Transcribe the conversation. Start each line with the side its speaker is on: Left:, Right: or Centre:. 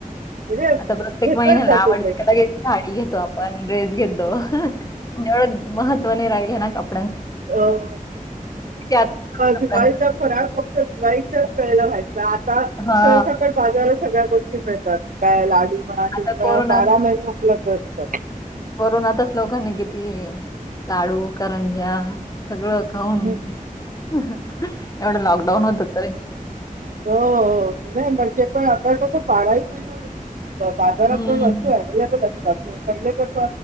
Right: म्हणजे
Left: आता प्रत्येक
Right: घेतलंच
Left: महिन्याला
Right: जात
Left: आवडते
Right: ते
Left: त्यालाे साडी घेतो आपण ड्रेस घेतो. एवढं महत्त्वने राहिल ना कप
Right: अ
Left: आतुरता होती कपड्यांना
Right: दिवाळीचा फराळ फक्त दिवाळी वे व्हाय आता
Left: हा
Right: सर सकट बाजारात सगळ्या गोष्टी मिळतात काय लाडू मनाठे
Left: आता कोरोनात
Right: बारा महिने उपलब्ध असतात.
Left: कोरोनातच लोकांनी किती लाडू करंज्या सगळं होन
Right: हो
Left: एवढं लॉकडाऊन होत तरी.
Right: हो नाही म्हणजे पण आता कसं बाराही महीने बाजारात
Left: हम्म.
Right: पण वस्तू अव्हेलेबल असतात पहिले कस